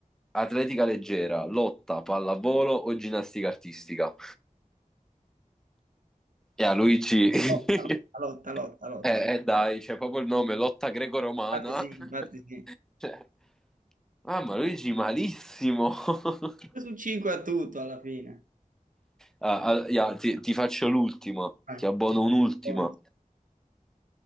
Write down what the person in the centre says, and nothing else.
Atletica leggera, lotta, pallavolo o ginnastica artistica? E a Luigi, <laughs>
eh, eh, dai, c'è proprio il nome, lotta greco-romana.
<laughs>
Cioè, mamma, Luigi, malissimo. <laughs>
Ah, ah, ya, ti, ti faccio l'ultima,
ti abbono un'ultima.